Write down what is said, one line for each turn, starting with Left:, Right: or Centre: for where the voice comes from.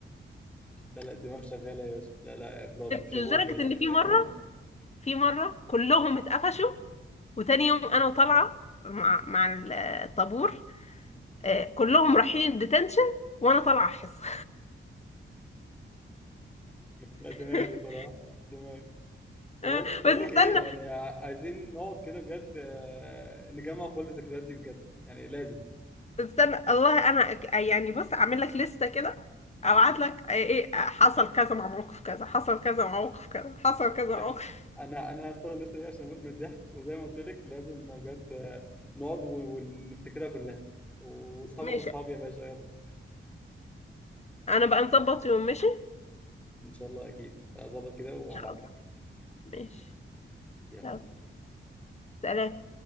Centre: لا لا الدماغ شغاله يا باشا لا لا برافو شابوه
Left: لدرجه
Centre: بجد
Left: ان في
Centre: <laughs>
Left: مره في مره كلهم اتقفشوا وتاني يوم انا طالعه مع مع الطابور آه، كلهم رايحين الديتنشن وانا طالعه حصه
Centre: لا دماغي
Left: <laughs>
Centre: صراحه دماغي خلاص
Left: بس
Centre: بقول لك
Left: استنى
Centre: ايه يعني عايزين نقعد كده بجد آه، نجمع كل الذكريات دي بجد يعني لازم
Left: استنى والله انا ك- يعني بص اعمل لك لستة كده ابعت لك آه، ايه آه، حصل كذا مع موقف كذا حصل كذا مع موقف كذا حصل كذا
Centre: ده
Left: مع موقف
Centre: انا انا هستنى الليسته دي عشان اموت من الضحك وزي ما قلت لك لازم بجد نقعد و- ونفتكرها كلها واصحابك
Left: ماشي
Centre: واصحابي يا باشا يلا
Left: انا بقى نظبط يوم ماشي
Centre: ان شاء الله اكيد هظبط كده وهبعت
Left: ان شاء الله
Centre: لك
Left: ماشي
Centre: يلا
Left: يلا
Centre: مع السلامه
Left: سلام